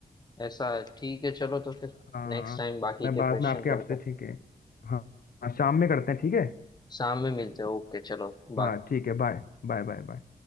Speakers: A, on the left (about 25°); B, on the left (about 70°).
A: ऐसा है ठीक है चलो तो फिर
B: हाँ
A: नेक्स्ट टाइम बाकी
B: मैं
A: के
B: बाद
A: क्वेश्चन
B: में आपके
A: करते
B: आपसे
A: हैं
B: ठीक है हाँ हाँ, शाम में करते हैं ठीक है
A: शाम में मिलते हैं ओके चलो
B: हाँ
A: बाय
B: ठीक है बाय Bye bye bye